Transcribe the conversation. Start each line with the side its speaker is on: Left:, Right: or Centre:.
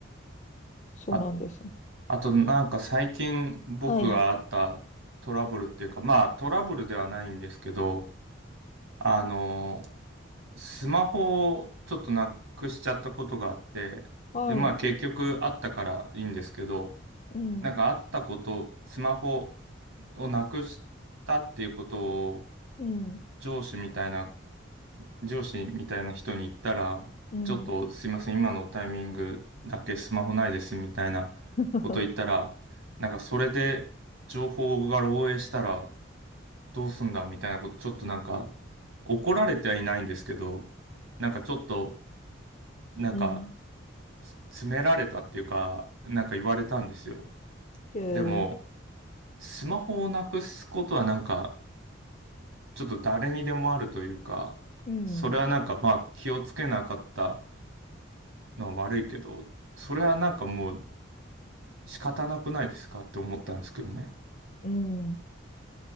Left: そうなんです。
Right: あ、あとなんか最近僕があったトラブルっていうか、
Left: はい、
Right: まあトラブルではないんですけど、あの、スマホをちょっとなくしちゃったことがあって、
Left: はい、
Right: で、まあ結局あったからいいんですけど、
Left: うん、
Right: なんかあったこと、スマホをなくしたっていうことを
Left: うん、
Right: 上司みたいな上司みたいな人に言ったら、
Left: うん。
Right: ちょっとすいません、今のタイミングだけスマホないですみたいなこと言ったら、
Left: <laughs>
Right: なんかそれで情報が漏洩したらどうすんだみたいなこと、ちょっとなんか怒られてはいないんですけど、なんかちょっと、なんか
Left: うん。
Right: つ詰められたっていうか、なんか言われたんですよ。
Left: で、
Right: でも、スマホをなくすことはなんか、ちょっと誰にでもあるというか、
Left: うん。
Right: それはなんかまあ気をつけなかった。のは悪いけど、それはなんかもう仕方なくないですかって思ったんですけどね。
Left: うん。